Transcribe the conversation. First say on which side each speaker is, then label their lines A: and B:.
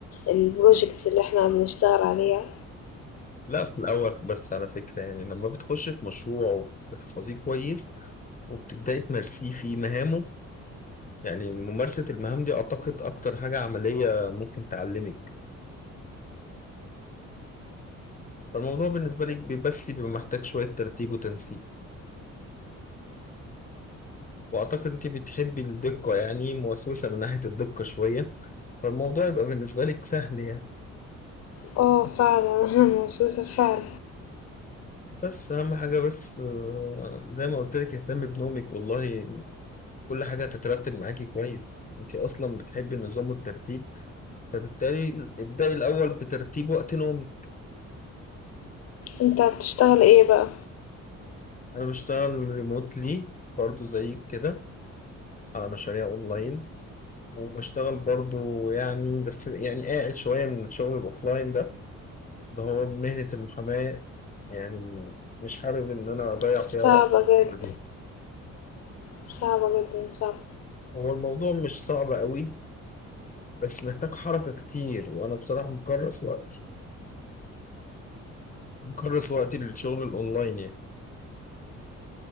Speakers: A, on the left; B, on the left.
A: البروجكتس اللي احنا بنشتغل عليها
B: لا في الاول بس على فكرة يعني لما بتخشي في مشروع وبتحفظيه كويس وبتبدأي تمارسيه في مهامه يعني ممارسة المهام دي أعتقد أكتر حاجة عملية ممكن تعلمك فالموضوع بالنسبة لك بي- بس بيبقى محتاج شوية ترتيب وتنسيق وأعتقد أنت بتحبي الدقة يعني موسوسة من ناحية الدقة شوية فالموضوع يبقى بالنسبة لك سهل يعني
A: اه فعلا <laughs> انا موسوسة فعلا
B: بس أهم حاجة بس آه، زي ما قلت لك اهتمي بنومك والله كل حاجة هتترتب معاكي كويس أنت أصلا بتحبي النظام والترتيب فبالتالي ابدأي الأول بترتيب وقت نومك
A: انت بتشتغل ايه بقى
B: أنا بشتغل ريموتلي برضو زي كده على مشاريع أونلاين وبشتغل برضو يعني بس يعني قاعد شوية من الشغل الأوفلاين ده اللي هو مهنة المحاماة يعني مش حابب إن أنا أضيع
A: صعبة
B: فيها وقت
A: جدا
B: دي
A: صعبة جدًا، صعبة.
B: هو الموضوع مش صعب قوي بس محتاج حركة كتير وأنا بصراحة مكرس وقتي مكرس وقتي للشغل الأونلاين يعني